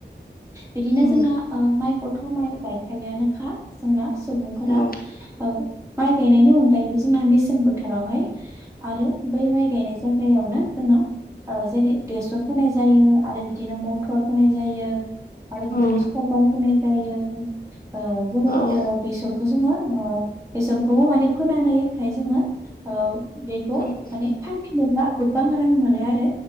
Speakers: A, on the right; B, on the left.
A: बिदिनो
B: औ
A: जोंनि माइखौथ माइ गायफायोआनोखा जोंना सुबुंफोरा
B: औ
A: ओ माइ गायनायनि अनगायैबो जोंना बेसे जां बोथोरावहाय आरो बै माइ गायनाय जायगायावनो जोंना ओ जेरै बेसर फोनाय जायो आरो बिदिनो मटर फोनाय जायो। आरो बिदिनो
B: औ औ
A: साल फुनाय जायो ओ जेरै
B: औ
A: ओ बेसरखौ जोङो बेसरखौ माने फोनानैखाय जोङो ओ बेखौ
B: बिदिब्ला
A: माने फानफिनोब्ला गोबां रां मोनो आरो